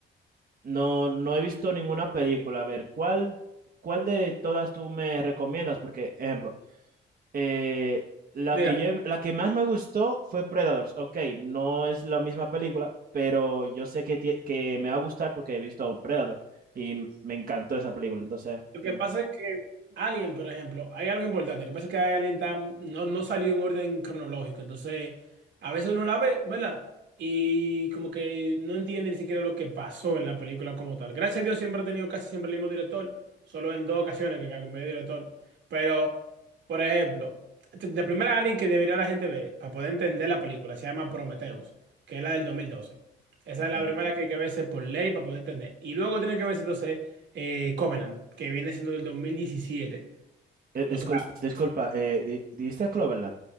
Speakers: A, on the right; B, on the right.
A: no, no he visto ninguna película. A ver, ¿cuál, cuál de todas tú me recomiendas? Porque, ejemplo, Eh, la
B: Mira,
A: que yo he- la que más me gustó fue Predators. Ok, no es la misma película, pero yo sé que, tie- que me va a gustar porque he visto Predator y m- me encantó esa película. Entonces,
B: Lo
A: dime.
B: que pasa es que Alien, por ejemplo, hay algo importante. Lo que pasa es que Alien tam- no, no salió en orden cronológico. Entonces, a veces uno la ve, ¿verdad? Y como que no entiende ni siquiera lo que pasó en la película como tal. Gracias a Dios siempre ha tenido casi siempre el mismo director. Solo en dos ocasiones que cambió de director. Pero, por ejemplo, la primera Alien que debería la gente ver para poder entender la película se llama Prometheus, que es la del 2012. Esa
A: Ok.
B: es la
A: Eh,
B: primera que hay que verse por ley para poder entender. Y luego tiene que verse entonces eh, Covenant, que viene siendo del 2017, O
A: disculpa,
B: sea,
A: disculpa, eh, di- ¿dijiste Cloverland?